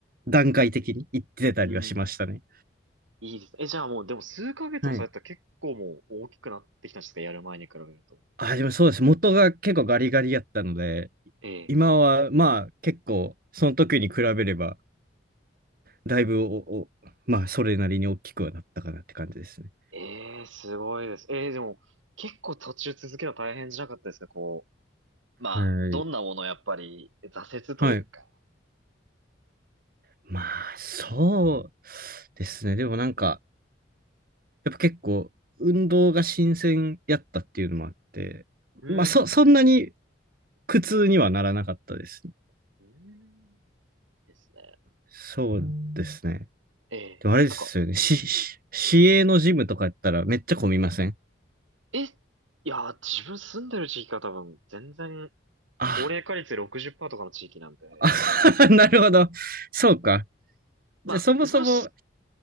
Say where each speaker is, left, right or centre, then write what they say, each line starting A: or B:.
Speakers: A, on the right; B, on the right.
A: う、段階的に行ってたりはしましたね。
B: うん。いいですね。え、じゃあもう、でも数ヶ月もされたら結構もう大きくなってきたんですかやる前に比べると。
A: はい。あ、でもそうです。元が結構ガリガリやったので、
B: ええ、
A: 今はまあ結構、その時に比べれば、だいぶお、おまあそれなりに大きくはなったかなって感じですね。
B: ええ、すごいです。ええ、でも、結構途中続けた大変じゃなかったですかこう、まあ、
A: はい。
B: どんなものやっぱり挫折というか。
A: はい。まあ、そうですね。でもなんか、やっぱ結構、運動が新鮮やったっていうのもあって、
B: うん。
A: まあ、そ、そんなに苦痛にはならなかったですね。
B: うんですね。
A: そうですね。
B: ええ、
A: でもあれですよね。
B: なんか、
A: し、し、市営のジムとかやったらめっちゃ混みません
B: え、いやー、自分住んでる地域が多分、全然、
A: あ
B: 高齢化率60%とかの地域なんで、
A: あ <laughs> なるほど。そうか。
B: まあ、
A: じゃあ、そもそも、
B: 自分